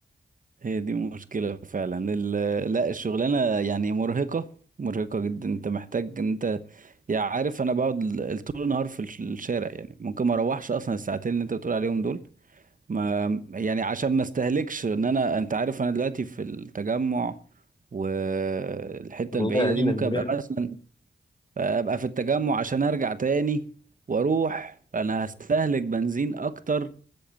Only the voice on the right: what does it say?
هي دي مشكلة فعلا ال- لا الشغلانة يعني مرهقة مرهقة جدا انت محتاج ان انت يعني عارف انا بقعد ال- طول النهار في الش- الشارع يعني ممكن ما اروحش اصلا الساعتين اللي انت بتقول عليهم دول ما يعني عشان ما استهلكش ان انا انت عارف انا دلوقتي في التجمع والحتة
البعيدة
دي ممكن
ابقى مثلا ابقى في التجمع عشان ارجع تاني واروح انا هستهلك بنزين اكتر